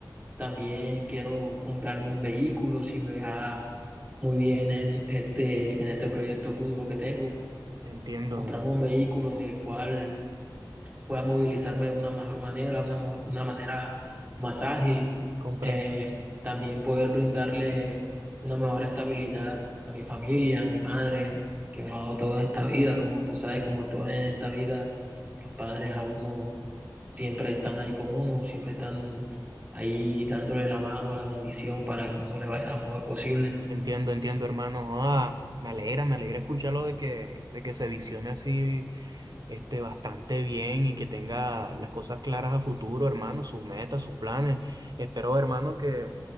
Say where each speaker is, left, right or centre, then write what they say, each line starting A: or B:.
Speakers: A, on the right; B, on the right.
A: También quiero comprarme un vehículo si me va muy bien en este, en este proyecto futuro que tengo.
B: Entiendo,
A: Comprarme un vehículo en el cual pueda movilizarme de una mejor manera, una, mo- una manera más ágil
B: comprendo.
A: eh, también poder brindarle una mejor estabilidad a mi familia, a mi madre, que me lo ha dado toda esta vida, como tú sabes, como toda esta vida, los padres a uno siempre están ahí con uno, siempre están ahí dándole la mano, la bendición para que uno le vaya lo mejor posible.
B: Entiendo, entiendo, hermano. Ah, me alegra, me alegra escucharlo de que, de que se visione así este, bastante bien y que tenga las cosas claras a futuro, hermano, sus metas, sus planes. Espero, hermano, que,